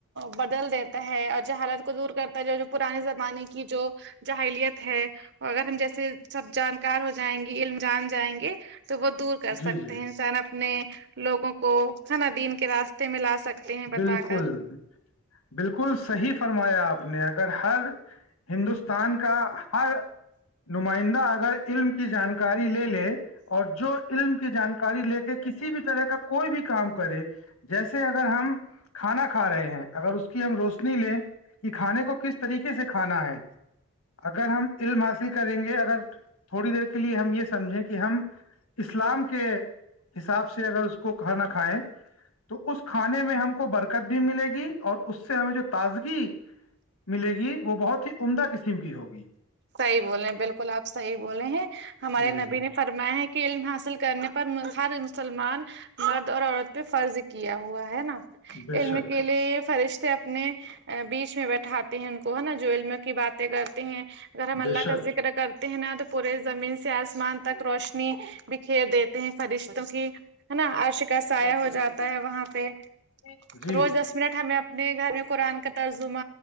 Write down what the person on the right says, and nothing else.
بدل دیتا ہے اور جہالت کو دور کرتا ہے جو جو پرانے زمانے کی کی جو جاہلیت ہے اور اگر ہم جیسے سب جانکار ہو جائیں گے علم جان جائیں گے تو وہ دور کر سکتے
ہیں انسان اپنے لوگوں کو کھانا دین کے راستے میں لا سکتے ہیں
بتا کر
صحیح بولے ہیں بالکل آپ صحیح بولے ہیں ہمارے
نبی نے فرماائے ہے کہ علم حاصل کرنے پر ہر مسلمان مرد اور عورت پہ فرض کیا ہوا ہے نا
علم
کے لیے فرشتے اپنے بیچ میں بیٹھاتے ہیں ان کو ہے نا جو علم کی باتیں کرتے ہیں اگر ہم اللہ
کا کر کرتے ہیں نا تو پورے زمین سے آسمان تک روشنی بکھیر دیتے ہیں فرشتوں کی ہے نا عرش کا سایہ ہو جاتا ہے وہاں پہ
روز دس منٹ ہمیں اپنے گھر میں قرآن کا ترجمہ